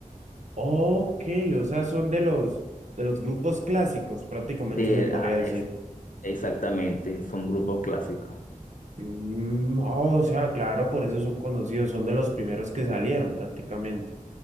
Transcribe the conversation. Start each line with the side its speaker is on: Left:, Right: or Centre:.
Right: Ok, o sea, son de los, de los grupos clásicos, prácticamente
Left: Sí, eh,
Right: se podría
Left: ah,
Right: decir.
Left: es- exactamente, son grupos clásicos.
Right: Mm, oh, o sea, claro, por eso son conocidos, son de los primeros que salieron prácticamente.